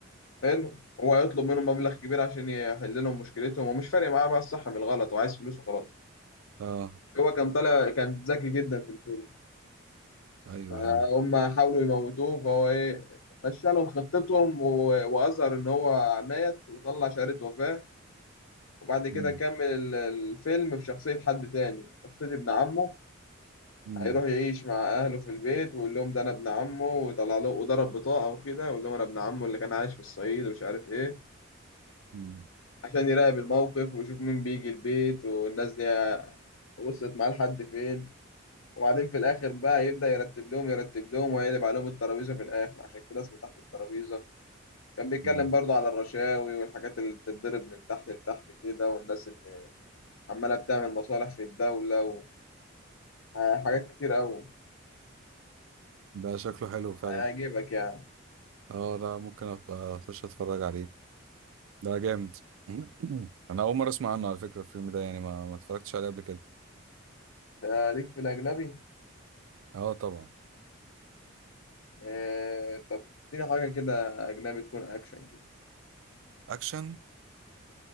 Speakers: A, on the left; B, on the right.
A: حلو هو هيطلب منهم مبلغ كبير عشان يحل لهم مشكلتهم ومش فارق معاه بقى الصح من الغلط وعايز فلوس وخلاص
B: اه
A: هو كان طالع كان ذكي جدا في الفيلم
B: ايوه
A: آه،
B: ايوه
A: هم حاولوا يموتوه فهو ايه مشى لهم خطتهم و- واظهر ان هو مات وطلع شهادة وفاة وبعد كده
B: امم
A: كمل ال- الفيلم بشخصية حد تاني شخصية ابن عمه
B: امم
A: هيروح يعيش مع اهله في البيت ويقول لهم ده انا ابن عمه ويطلع له وضرب بطاقه وكده ويقول لهم انا ابن عمه اللي كان عايش في الصعيد ومش عارف ايه
B: امم
A: عشان يراقب الموقف ويشوف مين بيجي البيت والناس دي وصلت معاه لحد فين وبعدين في الاخر بقى يبدا يرتب لهم يرتب لهم ويقلب عليهم الترابيزه في الاخر عشان كده اسمه تحت الترابيزه كان بيتكلم
B: أمم.
A: برضه على الرشاوي والحاجات اللي بتتضرب من تحت لتحت كده والناس اللي عماله بتعمل مصالح في الدوله وحاجات كتير قوي
B: ده شكله حلو فعلا
A: هيعجبك يعني
B: اه لا ممكن ابقى اخش اتفرج عليه ده جامد <clears throat> انا اول مرة اسمع عنه على فكرة الفيلم ده يعني ما ما اتفرجتش عليه قبل كده
A: ده ليك في الاجنبي
B: اه طبعا
A: آه طب اديني حاجة كده أجنبي تكون أكشن كده
B: اكشن